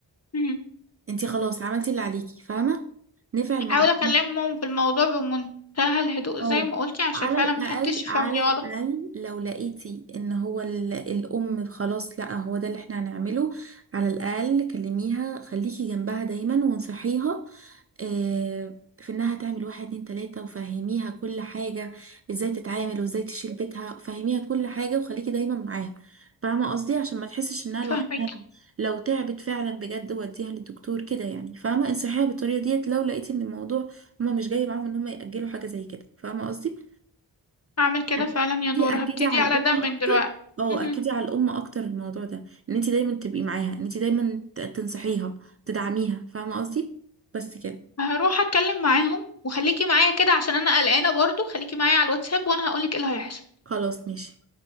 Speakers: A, on the left (about 35°); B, on the right (about 35°).
A: مم.
B: انت خلاص عملتي اللي عليكي فاهمه نفع الموضوع
A: حاول اكلمهم في الموضوع بمنتهى الهدوء
B: اه
A: زي ما قلتي عشان
B: على
A: فعلا
B: الأقل
A: محدش يفهمني
B: على الأقل
A: غلط
B: لو لقيتي إن هو ال- الأم خلاص لأ هو ده اللي احنا هنعمله على الأقل كلميها خليكي جنبها دايما وانصحيها آه، في إنها تعمل واحد اتنين تلاتة وفهميها كل حاجة ازاي تتعامل وازاي تشيل بيتها فهميها كل حاجة وخليكي دايما معاها فاهمة قصدي عشان ما تحسش إنها
A: فاهمك
B: لوحدها لو تعبت فعلا بجد وديها للدكتور كده يعني فاهمة انصحيها بالطريقة ديت لو لقيتي إن الموضوع هما مش جاي معاهم ان هما يأجلوا حاجة زي كده فاهمة قصدي
A: هعمل كده
B: اكدي
A: فعلا يا نور
B: اكدي
A: هبتدي
B: على
A: على
B: الام
A: ده من
B: اكتر
A: دلوقتي
B: اه
A: مم.
B: اكدي على الام اكتر الموضوع ده ان انت دايما تبقي معاها ان انت دايما ت- تنصحيها تدعميها فاهمة قصدي بس كده
A: هروح اتكلم معاهم وخليكي معايا كده عشان انا قلقانة برضو خليكي معايا على الواتساب وانا هقولك ايه اللي هيحصل
B: خلاص ماشي